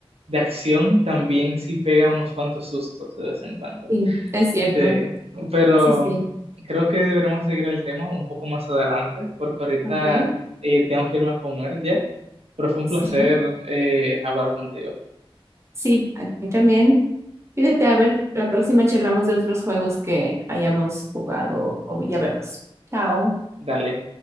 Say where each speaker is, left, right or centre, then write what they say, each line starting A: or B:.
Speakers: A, on the right (about 80°); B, on the right (about 25°).
A: de acción, también sí pega unos cuantos sustos de vez en cuando.
B: sí, es cierto.
A: Sí, pero
B: Sí, sí.
A: creo que deberíamos seguir el tema un poco más adelante, porque ahorita
B: Ok.
A: eh, tengo que irme a comer ya. Pero fue un
B: Sí.
A: placer eh, hablar contigo.
B: Sí, a mí también. Fíjate, a ver, la próxima charlamos de otros juegos que hayamos jugado o ya vemos. Chao.
A: Dale.